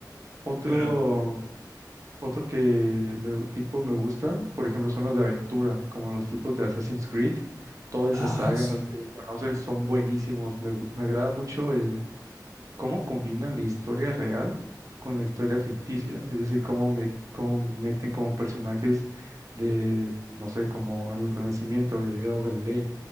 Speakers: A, on the right (about 50°); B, on the right (about 20°).
A: Otro,
B: Claro.
A: otro que me- tipo me gusta, por ejemplo, son los de aventura, como los tipos de Assassin's Creed, toda esa
B: Ah,
A: saga,
B: sí.
A: no sé si lo conoces, son buenísimos, me, gu- me agrada mucho el, cómo combinan la historia real con la historia ficticia, es decir, cómo, me- cómo meten como personajes de, no sé, como en el Renacimiento, Galileo Galilei,